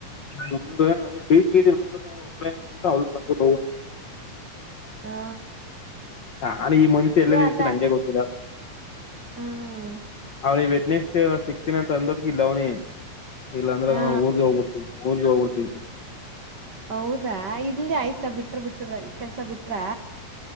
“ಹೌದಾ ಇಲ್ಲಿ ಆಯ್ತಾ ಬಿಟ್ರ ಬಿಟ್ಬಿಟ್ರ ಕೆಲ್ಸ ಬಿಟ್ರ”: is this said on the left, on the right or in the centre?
Right